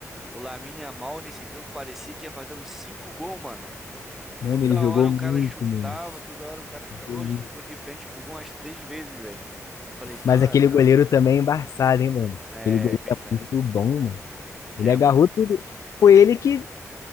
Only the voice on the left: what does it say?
Mano,
ele jogou
muito,
mano.
Jogou
muito.
Mas aquele goleiro também é embaçado, hein, mano?
Aquele goleiro
é muito bom, mano.
Ele agarrou
tudo. Foi ele que